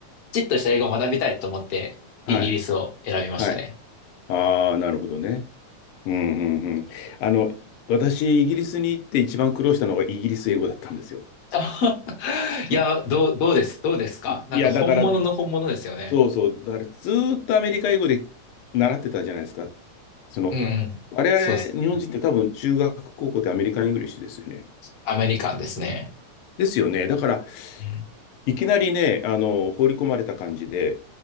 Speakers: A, on the left (about 60°); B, on the left (about 85°).
A: きちっとした英語を学びたいと思って、
B: はい。
A: イギリスを選びましたね。
B: はい。ああ、なるほどね。うんうんうん。あの、私、イギリスに行って一番苦労したのがイギリス英語だったんですよ。
A: あいや、どう、どうです、どうですかなんか本物の本物ですよね。
B: いや、だから、そうそう。だからずーっとアメリカ英語で習ってたじゃないですか。その、
A: うんうん。
B: 我々、
A: そうです。
B: 日本人って多分中学、高校ってアメリカン・イングリッシュですよね。
A: アメリカンですね。
B: ですよね。だから、
A: うん。
B: いきなりね、あの、放り込まれた感じで、